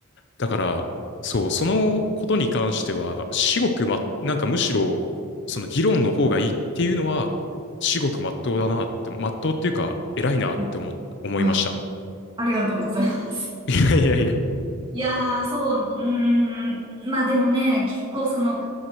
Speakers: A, on the left (about 55°); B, on the right (about 25°).
A: だから、そう、そのことに関しては、至極ま、なんかむしろ、その議論の方がいいっていうのは、至極まっとうだなって、まっとうっていうか、偉いなって思、
B: うん
A: 思いました。
B: あ、ありがとうございます。
A: <laughs> いやいやいや。
B: いやー、そう、うーん。まあでもね、結構その、